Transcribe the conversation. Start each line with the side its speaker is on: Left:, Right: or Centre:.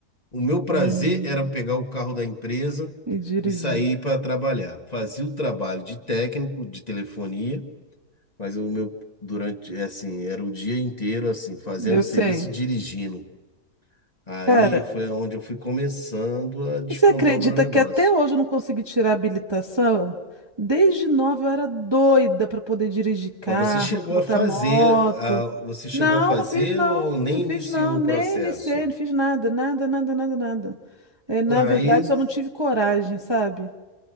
Left: O meu prazer
Right: Hum,
Left: era pegar o carro da empresa
Right: e dirigir.
Left: e sair para trabalhar. Fazia o trabalho de técnico de telefonia, mas o meu durante, é assim, era o dia inteiro assim, fazendo
Right: Eu sei.
Left: serviço e dirigindo. Aí
Right: Cara,
Left: foi onde eu fui começando a despontar
Right: você acredita
Left: o meu negócio.
Right: que até hoje eu não consegui tirar a habilitação? Desde nova eu era doida para poder dirigir carro,
Left: Mas você chegou
Right: pilotar
Left: a fazer,
Right: moto.
Left: ah, você chegou
Right: Não,
Left: a fazer
Right: não fiz não,
Left: ou nem
Right: não fiz
Left: iniciou
Right: não,
Left: o
Right: nem
Left: processo?
Right: iniciei, não fiz nada, nada, nada, nada, nada. É, na verdade,
Left: Aí,
Right: só não tive coragem, sabe?